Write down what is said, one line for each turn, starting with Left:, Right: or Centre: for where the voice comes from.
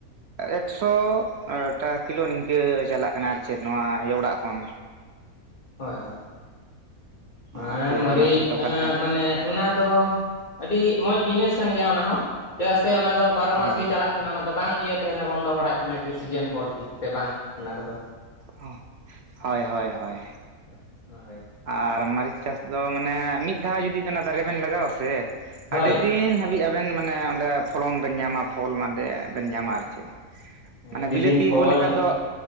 Right: ᱮᱠᱥᱚ ᱴᱟᱠᱟ ᱠᱤᱞᱳ ᱱᱤᱝᱠᱟᱹ ᱪᱟᱞᱟᱜ ᱠᱟᱱᱟ ᱟᱨ ᱪᱮᱫ ᱱᱚᱣᱟ ᱤᱭᱟᱹ ᱚᱲᱟᱜ ᱠᱷᱚᱱ
Left: ᱦᱳᱭ ᱦᱳᱭ ᱦᱮ
Right: ᱟᱯᱮ
Left: ᱢᱟᱹᱨᱤᱪ
Right: ᱚᱱᱟ ᱠᱚᱨᱮ ᱫᱚ ᱚᱠᱟᱞᱮᱠᱟ
Left: ᱢᱟᱱᱮ ᱚᱱᱟ ᱫᱚ ᱟᱹᱰᱤ ᱢᱚᱡᱽ ᱵᱤᱡᱽᱱᱮᱥ ᱠᱟᱱ ᱜᱮᱭᱟ ᱚᱱᱟ ᱦᱚᱸ ᱪᱮᱫᱟᱜ ᱥᱮ ᱚᱱᱟ ᱫᱚ ᱵᱟᱨᱚ ᱢᱟᱥ
Right: ᱦᱳᱭ
Left: ᱜᱮ ᱪᱟᱞᱟᱜ ᱠᱟᱱᱟ ᱛᱟᱦᱮᱸᱱᱟ ᱚᱱᱟ ᱫᱚ ᱵᱟᱝ ᱤᱭᱟᱹ ᱛᱟᱦᱮᱸᱱᱟ ᱵᱚᱱᱫᱚ ᱵᱟᱲᱟᱭᱮᱫ ᱛᱟᱦᱮᱸᱱᱟ ᱠᱤ ᱥᱤᱡᱤᱱ ᱵᱷᱳᱨ ᱜᱮ ᱥᱮ ᱵᱟᱝ ᱚᱱᱟ ᱠᱚᱫᱚ
Right: ᱚᱸ ᱦᱳᱭ ᱦᱳᱭ ᱦᱳᱭ᱾
Left: ᱦᱚᱭ ᱦᱚᱸ ᱦᱚᱭ᱾
Right: ᱟᱨ ᱢᱟᱹᱨᱤᱪ ᱪᱟᱥ ᱫᱚ ᱢᱟᱱᱮ ᱢᱤᱫ ᱫᱷᱟᱣ ᱡᱩᱫᱤ ᱚᱱᱟ ᱫᱟᱨᱮ ᱵᱮᱱ ᱞᱟᱜᱟᱣᱟ ᱥᱮᱻ,
Left: ᱦᱳᱭ
Right: ᱟᱹᱰᱤ ᱫᱤᱱ ᱦᱟᱹᱵᱤᱡ ᱟᱵᱮᱱ ᱢᱟᱱᱮ ᱚᱸᱰᱮ ᱯᱷᱚᱞᱚᱱ ᱵᱮᱱ ᱧᱟᱢᱟ ᱯᱷᱚᱞ ᱮᱢᱟᱱ ᱛᱮᱭᱟᱜ ᱵᱮᱱ ᱧᱟᱢᱟ ᱟᱨᱦᱚᱸ ᱪᱮᱫ,
Left: ᱦᱮᱸ
Right: ᱢᱟᱱᱮ
Left: ᱟᱹᱰᱤ
Right: ᱵᱤᱞᱟᱹᱛᱤ
Left: ᱫᱤᱱ ᱯᱷᱚᱞ
Right: ᱠᱚ ᱞᱮᱠᱟ ᱫᱚ,